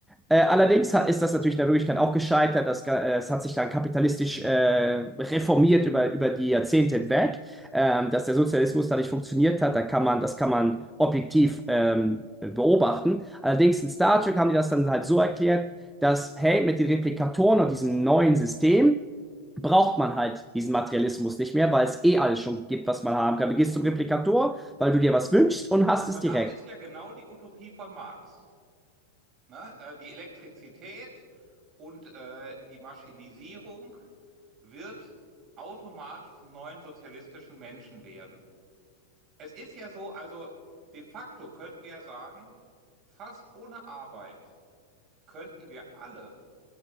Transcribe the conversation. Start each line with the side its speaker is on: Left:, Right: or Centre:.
Centre: Äh, allerdings ha- ist das natürlich in der Wirklichkeit auch gescheitert. Das, Ga- äh, es hat sich dann kapitalistisch äh, reformiert über, über die Jahrzehnte hinweg. Ähm, dass der Sozialismus da nicht funktioniert hat, da kann man, das kann man objektiv ähm, beobachten. Allerdings in Star Trek haben die das dann halt so erklärt, dass, hey, mit den Replikatoren und diesem neuen System braucht man halt diesen Materialismus nicht mehr, weil es eh alles schon gibt, was man haben kann. Du gehst zum Replikator, weil du dir was wünschst und hast
Right: aber
Centre: es
Right: das
Centre: direkt.
Right: ist ja genau die Utopie von Marx. Ne? Äh, die Elektrizität und äh, die Maschinisierung wird automatisch zum neuen sozialistischen Menschen werden. Es ist ja so, also de facto könnten wir ja sagen, fast ohne Arbeit könnten wir alle